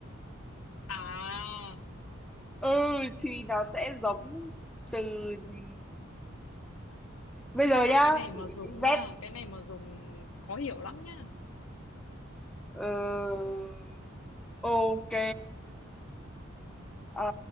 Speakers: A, on the left; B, in the centre.
A: à
B: ừ thì nó sẽ giống từ gì bây giờ
A: mà
B: nhá
A: cái này mà dùng
B: dép
A: á cái này mà dùng khó hiểu lắm nhá
B: ờ, ok Ờ,